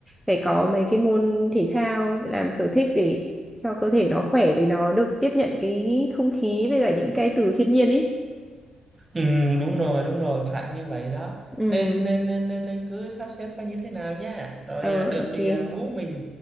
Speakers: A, in the centre; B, on the right.
A: phải có mấy cái môn thể thao làm sở thích để cho cơ thể nó khỏe với nó được tiếp nhận cái không khí với cả những cái từ thiên nhiên ấy
B: Ừ, đúng rồi đúng rồi phải như vậy đó
A: ừ
B: nên nên nên nên, nên cứ sắp xếp coi như thế nào nha rồi
A: ờ
B: à, được
A: ok
B: thì à, hú mình